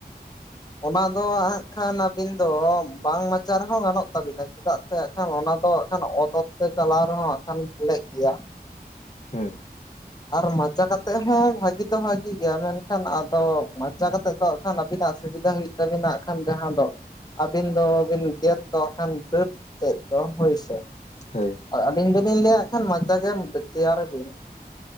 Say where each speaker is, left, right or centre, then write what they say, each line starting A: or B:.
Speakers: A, on the left (about 25°); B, on the left (about 45°).
A: ᱚᱱᱟ ᱫᱚ ᱦᱟᱸᱜ ᱠᱷᱟᱱ ᱟᱹᱵᱤᱱ ᱫᱚ ᱵᱟᱝ ᱢᱟᱪᱟ ᱨᱮᱦᱚᱸ ᱜᱟᱱᱚᱜ ᱛᱟᱵᱤᱱᱟ ᱪᱮᱫᱟᱜ ᱥᱮ᱾ ᱠᱷ ᱚᱱᱟ ᱫᱚ ᱦᱟᱜ ᱠᱷᱟᱱ ᱚᱛᱚᱛ ᱛᱮ ᱪᱟᱞᱟᱣ ᱨᱮᱦᱚᱸ ᱦᱟᱜ ᱠᱷᱟᱱ ᱞᱮᱜ ᱜᱮᱭᱟ ᱾
B: ᱦᱩᱸ
A: ᱟᱨ ᱢᱟᱪᱟ ᱠᱟᱛᱮᱜ ᱦᱚᱸ ᱵᱷᱟᱜᱤ ᱫᱚ ᱵᱷᱟᱜᱤ ᱜᱮ ᱢᱮᱱᱠᱷᱟᱱ ᱟᱫᱚ ᱢᱟᱪᱟ ᱠᱟᱛᱮᱜ ᱫᱚ ᱠᱷᱟᱱ ᱟᱵᱤᱱᱟᱜ ᱥᱩᱵᱤᱫᱷᱟ ᱦᱩᱭᱩᱜ ᱛᱟᱵᱤᱱᱟ ᱠᱷᱟᱱ ᱡᱟᱦᱟᱸ ᱫᱚ, ᱟᱹᱵᱤᱱ ᱫᱚᱵᱤᱱ ᱜᱮᱫ ᱫᱚ ᱠᱷᱟᱱ ᱵᱟᱹᱨ ᱛᱮᱫ ᱫᱚ ᱦᱩᱭ ᱥᱮ,
B: ᱦᱳᱭ ᱾
A: ᱟᱸ ᱟᱹᱞᱤᱧ ᱫᱚᱞᱤᱧ ᱞᱟᱹᱭᱼᱟ ᱦᱟᱸᱜ ᱠᱷᱟᱱ ᱢᱟᱪᱟ ᱜᱮ ᱛᱮᱭᱟᱨ ᱵᱤᱱ ᱾